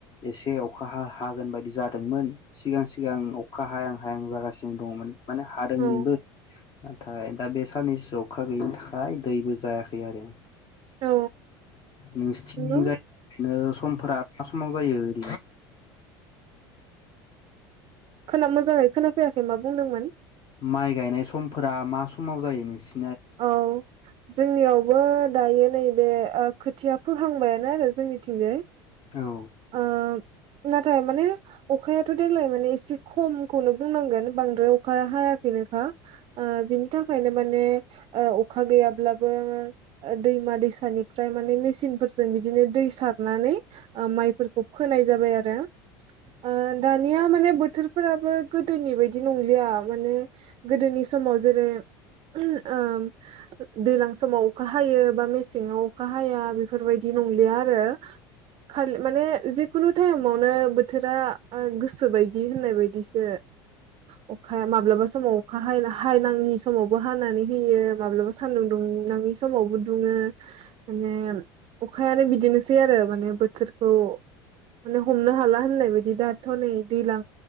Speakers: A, on the left; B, on the right.
A: एसे अखा हा हा हागोन बायदि जादोंमोन सिगां सिगां अखा हायां हायां जागासिनो दङमोन माने हादोंमोनबो
B: औ
A: नाथाय दा बे साननैसोआव अखा गैयिनि थाखाय दैबो जायाखै आरो
B: औ
A: नोंसिथिंजाय
B: नंगौ
A: ओ समफोरा मा समाव जायो <inaudible>
B: खोना मोजाङै खोनाफैयाखै मा बुंदोंमोन
A: माइ गायनाय समफोरा मा समाव जायो नोंसि
B: औ जोंनियावबो दायो नैबे ओ खोथिया फोहांबायानो आरो जोंनिथिंजाय।
A: औ
B: ओ नाथाय माने अखायाथ' देग्लाय माने एसे खमखौनो बुंनांगोन बांद्राय अखाया हायाखैनोखा ओ बिनि थाखायनो माने ओ अखा गैयाब्लाबो ओ दैमा दैसानिफ्राय माने मेसिनफोरजों बिदिनो दै सारनानै ओ माइ फोरखौ फोनाय जाबाय आरो। ओ दानिया माने बोथोरफोराबो गोदोनि बायदि नंलिया माने गोदोनि समाव जेरै ओ दैज्लां समाव अखा हायो बा मेसेङाव अखा हाया बेफोरबायदि नंलिया आरो। माने जि खुनु टाइमावनो बोथोरा ओ गोसो बायदि होननाय बायदिसो ओ अखाया माब्लाबा समाव अखा हाला हायनाङि समावबो हानानै होयो माब्लाबा सान्दुं दुंनाङि समावबो दुङो माने अखायानो बिदिनोसै आरो माने बोथोर खौ माने हमनो हाला होननाय बायदि दाथ' नै दैज्लां